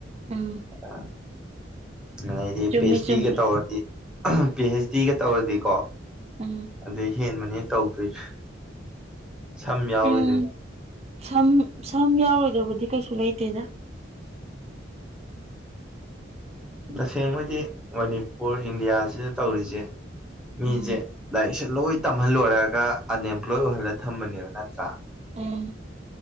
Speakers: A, on the right (about 35°); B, in the centre.
A: ꯎꯝ
B: <unintelligible> ꯑꯗꯨꯗꯩꯗꯤ
A: ꯆꯨꯝꯃꯤ
B: ꯄꯤ ꯑꯩꯆ
A: ꯆꯨꯝꯃꯤ
B: ꯗꯤꯒ ꯇꯧꯔꯗꯤ ꯄꯤ ꯑꯩꯆ ꯗꯤꯒ ꯇꯧꯔꯗꯤꯀꯣ
A: ꯎꯝ
B: ꯑꯗꯩ ꯍꯦꯟꯕꯅꯦ ꯇꯧꯗꯣꯏꯁꯨ ꯁꯝ ꯌꯥꯎꯔꯣꯏꯗꯣꯏꯅꯤ
A: ꯎꯝ ꯁꯝ ꯁꯝ ꯌꯥꯎꯔꯣꯏꯗꯕꯗꯤ ꯀꯩꯁꯨ ꯂꯩꯇꯦꯗ
B: ꯇꯁꯦꯡꯕꯩꯗꯤ ꯃꯅꯤꯄꯨꯔ ꯏꯟꯗꯤꯌꯥꯁꯤꯗ ꯇꯧꯔꯤꯁꯦ ꯃꯤꯁꯦ
A: ꯎꯝ
B: ꯂꯥꯏꯔꯤꯛꯁꯦ ꯂꯣꯏ ꯇꯝꯍꯜꯂꯣꯏꯔꯒ ꯑꯟꯑꯦꯝꯄ꯭ꯂꯣꯏ ꯑꯣꯏꯍꯜꯂꯒ ꯊꯝꯕꯅꯦꯕ ꯅꯠꯇ꯭ꯔꯥ
A: ꯎꯝ